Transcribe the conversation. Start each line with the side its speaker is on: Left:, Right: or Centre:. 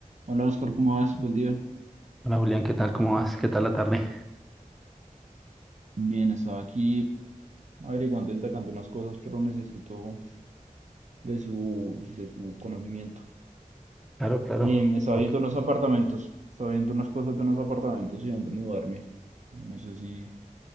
Right: Hola Oscar, ¿cómo vas? Buen día.
Centre: Hola Julián, ¿qué tal? ¿Cómo vas? ¿Qué tal la tarde?
Right: Bien, estaba aquí averiguando, indagando unas cosas, pero necesito de su, de su conocimiento.
Centre: Claro, claro.
Right: Em, estaba
Centre: Ok.
Right: viendo unos apartamentos, estaba viendo unas cosas de unos apartamentos y dónde mudarme. Yo no sé si,